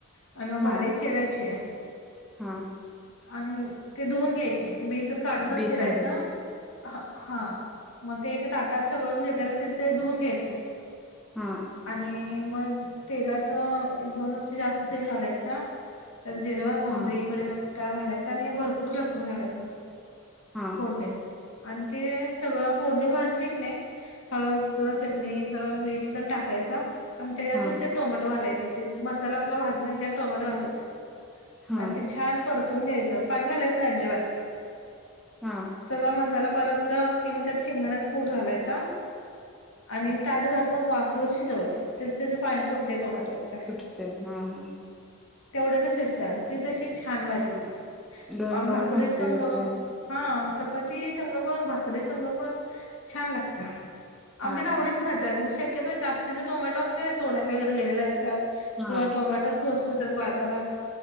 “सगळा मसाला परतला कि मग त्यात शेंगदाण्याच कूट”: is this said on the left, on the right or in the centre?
Left